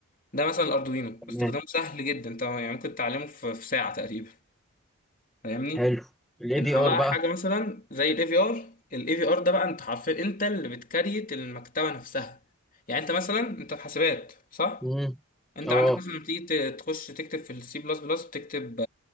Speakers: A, on the left (about 40°); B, in the centre.
A: ده مثلا الاردوينو
B: تمام
A: استخدامه سهل جدا انت يعني ممكن تتعلمه في في ساعه تقريبا فاهمني
B: حلو الاي
A: انما
B: بي ار
A: بقى
B: بقى
A: حاجه مثلا زي الاي في ار الاي في ار ده بقى انت حرفيا انت اللي بتكريت المكتبه نفسها يعني انت مثلا انت في حاسبات صح
B: امم
A: انت
B: اه
A: عندك مثلا لما تيجي ت- تخش تكتب في السي بلس بلس بتكتب